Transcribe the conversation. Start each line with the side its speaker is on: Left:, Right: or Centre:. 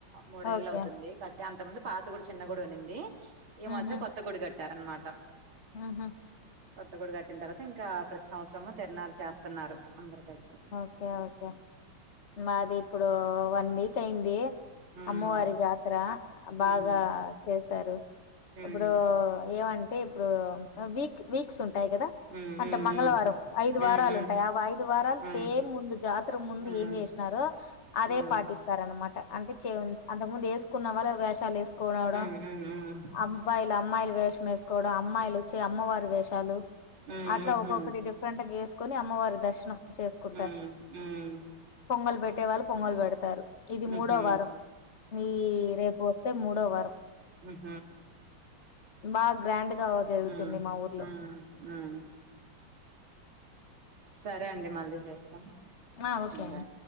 Right: మూడేళ్ళ్
Left: ఓకే
Right: అవుతుంది కట్ అ అంత ముందు పాత గుడి చిన్న గుడి ఉన్నింది ఈ మధ్య
Left: ఉహు
Right: కొత్త గుడి గడ్ టరన్మాట
Left: ఉహు
Right: కొత్త గుడి కట్టిన తర్వాత ఇంకా ప్రతి సంవత్సరము తిరనాలు చేస్తున్నారు అందరు కలిసి
Left: ఓకె ఓకె మాది ఇప్పుడు వన్ వీక్ అయ్యింది
Right: ఉమ్
Left: అమ్మవారి జాతర బాగా
Right: ఉమ్
Left: చేసారు
Right: ఉమ్
Left: ఇప్పుడు ఏమం అంటే ఇప్పుడు వీక్ వీక్స్ ఉం ఉంటాయి కదా
Right: ఉమ్
Left: అంటే
Right: ఉమ్
Left: మంగళవారం ఐదు
Right: ఉమ్
Left: వారాలు ఉంటాయి ఆ ఐదు వారాలు
Right: ఉమ్
Left: సేమ్ ముందు జాతర ముందు
Right: ఉమ్
Left: ఏం చేసినారో అదే
Right: ఉమ్ ఉమ్ ఉమ్
Left: పాటిస్తార అనమాట అంటే అంతకు ముందు వేసుకు కొన్న వాళ్ళ వేషాలు వే కోన అవుడ
Right: ఉమ్ ఉమ్ ఉమ్ ఉమ్
Left: అమ్బాయి అమ్ అమ్మాయిలు వేషం వేసుకోవడం అమ్మాయిలు వచ్చి అమ్మవారి వేషాలు
Right: ఉమ్
Left: అట్లా ఒక్కొక్కటి డిఫరెంట్ గేస్ అమ్మవారి దర్శనం చేసుకు
Right: ఉ ఉమ్మ్
Left: పొంగలు పెే వాళ్ళుొంగలు పెడతారు ఇది మూడో
Right: ఉహు
Left: వారం ఈ రేపు వస్తే మూడో వారంారం
Right: హుమ్మ్
Left: బాగా గ్రాండ్ గా జరుగుతుంది
Right: హుమ్మ్
Left: మా ఊర్లో
Right: మ్మ్ మ్మ్ సరే అండి మళ్ళీ చే చేస్తా
Left: ఆ ఓకే అండి
Right: బాయ్